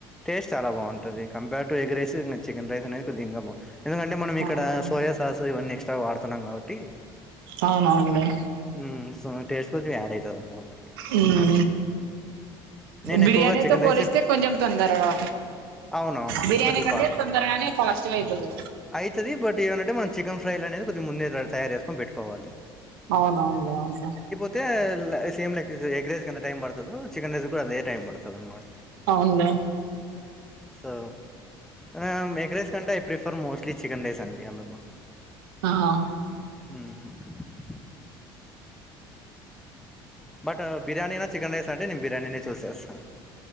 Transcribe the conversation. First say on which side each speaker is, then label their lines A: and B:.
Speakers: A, in the centre; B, on the right.
A: టేస్ట్ చాలా బాగుంటాది కంపేర్ టు ఎగ్ రైస్ ఇంకా చికెన్ రైస్ అనేది కొద్దిగా ఇంగా బా ఎందుకంటే మనం ఇక్కడ
B: అవునులే
A: సోయా సాస్ ఇవన్నీ ఎక్స్ స్ట్రా గా వాడుతున్నాం కాబట్టి
B: అవునవునులే
A: మ్మ్ సో టేస్ట్ కొద్దిగా యాడ్ అయితాది అనమాట
B: ఉను
A: నేను
B: బిర్యానీతో
A: ఎక్కువగా చికెన్
B: పోలిస్తే
A: రైసే
B: కొంచెం తొందరగా
A: అవునవును
B: బిర్యానీ
A: కొద్దిగా
B: కంటే తొందరగానే ఫాస్ట్ గా అయిపోతాది
A: అయితాది బట్ ఏమనంటే మనం చికెన్ ఫ్రైలు అనేది కొద్దిగా ముందే తయారు చేసుకొని పెట్టుకోవాలి
B: అవునవునులే అవునులే
A: అయితే సేమ్ లైక్ ఎగ్ రైస్ కి ఎంత టైమ్ పడుతాదో చికన్ రైస్ కూడా అదే టైమ్ పడుతు తాది అనమాట
B: అవునులే
A: సో ఆ ఎగ్ రైస్ కంటే I prefer mostly chicken rice అండి అందుకు
B: ఆహవ్
A: ఉహు బట్ బిర్యానీనా చికెన్ రైస్ అంటే నేన్ బిర్యానీనే చూజ్ చూస్తా